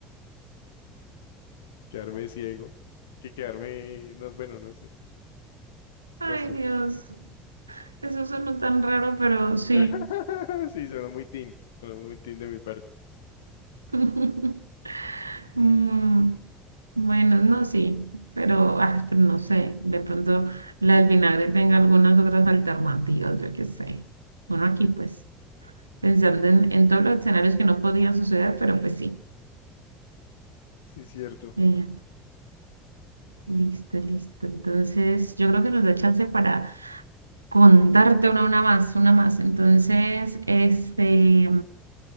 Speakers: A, on the left; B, on the right.
A: Quedarme ciego. Que quedarme. No, bueno, no sé.
B: Ay,
A: Vas tú.
B: Dios. Eso suena tan raro, pero sí.
A: <laughs> Sí, suena muy teen. Suena muy teen de mi parte.
B: <laughs> Mm, bueno, no, sí, pero, ah, pero no sé, de pronto la del vinagre tenga algunas otras alternativas, yo qué sé. Bueno, aquí pues, pensando en, en todos los escenarios que no podían suceder, pero pues sí.
A: Sí, cierto.
B: Eh, listo, listo. Entonces, yo creo que nos da chance para contarte una, una más, una más. Entonces, este...